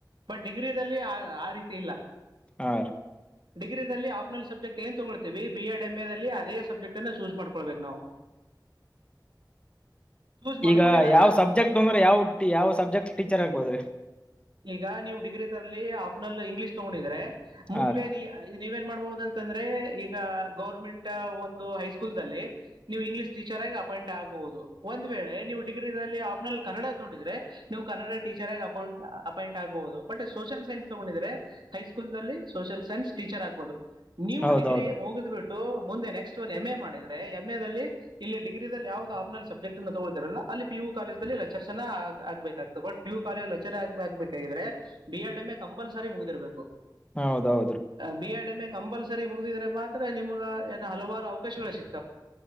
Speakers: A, on the right; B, on the left.
A: ಬಟ್ ಡಿಗ್ರಿಲ್ಲಿ ಆ ರೀತಿ ಇಲ್ಲ.
B: ಆ.
A: ಡಿಗ್ರಿಲ್ಲಿ ಆಪ್ನಲ್ ಸಬ್ಜೆಕ್ಟ್ ಏ ತಗೊಳ್ತೀವಿ ಬಿ ಎಡ್ ಎಂ ಎ ಅದ ಸಬ್ಕ್ಟ್. ಚೂಸ್ ಮಾಡ್ಕೊಳ್ಬೇಕ ನಾವು ಚೂಸ್ ಮಾಡ್ಕೊಂಡಿದ್ದಾಗ
B: ಈಗ ಯಾವ್ ಸಬ್ಜೆಕ್ಟ್ ಅಂದ್ರೆ ಯಾವ ಯಾವ ಸಬ್ಜೆಕ್ಟ್ ಟೀಚರ್ ಆಗ್ಬೋದ್ರೀ
A: ಈಗ ನೀವು್ ಡಿಗ್ರಿ ತರಲಿ ಆಫ್ನರ್ ಇಂಗ್ಲಿೀಷ್ ತಗೊಂಡಿದ್ರೆ ಮುಂದೆ
B: ಹಾ ರೀ
A: ನೀ ನೀವೇ ಮಾಡ್ಬಹುದು ಅಂತಂದ್ರೆ ಈಗ ಗೌರ್ಮೆಂಟ್ ಒಂದು ಹೈ ನೀವು ಇಂಗ್ಲಷ್ ಟೀಚರ್ ಆಿ ಅಪಾಯಿಂಟ್ ಆಗಬಹುದು ಒಂದ್ ವೇಳೆ ನೀವು ಲ್ಲಿ ಆಫ್ನಲ್ಲಿ ಕನ್ನಡ ತಗೊಂಡಿದ್ರೆ ನೀವು ಕನ್ನಡ ಟೀಚರ್ ಆಗ ಅಪ ಅಪಾಯಿಂಟ್ ಆಗ್ಬಹುದು ಬಟ್ ಸೋಷಲ್ ಸೈನ್ಸ್ ತಗೊಂಡಿದ್ರೆ ಹೈಸ್ಕೂಲ್ಲ್ಲಿ ಸೋಷಿಯಲ್ ಸೈನ್ಸ್ ಟೀಚರ್ ಆಗ್ಬಹುದು ನೀವು
B: ಹೌದೌದು
A: ಡಿಗ್ರಿ ಮುಗಿದ್ ಬಿಿಟ್ಟು ಮುಂದೆ ನೆಕ್ಸ್ಟ್ ಒಂದು ಎಂ ಎ ಮಾಡ ಇದ್ರೆ ಎಮ್ ಎಲ್ಲಿ ಇಲ್ಲಿ ಡಿಗ್ರಿಲ್ಲಿ ಯಾವ್ದ್ ಆಪ್ನಲ್ ಸಬ್ಜೆಕ್ಟ್ ಅ ತಗೋತಿರಲ್ಲ ಅಲ್ಲಿ ಪಿ ಯು ಕಾಲೇಜಲ್ಲಿ ಲೆಚರ್ ಚನ ಆಗ್ಬೇಕಾಗತು ಬಟ್ ಕೂ ಕಾಲೇಜಚ ಆಗ್ಬೇಕ್ರೆ B Ed M A compulsory ಮುಗಿದಿರ್ಬೇಕು
B: ಹೌದೌದ್ರಿ
A: B Ed M A compulsory ಮುಗಿದಿದ್ರೆ ಮಾತ್ರ ನಿಮಗೆ ಏನ ಹಲವಾರು ಅವಕಾಶಗಳಗಳು ಸಿಕ್ತ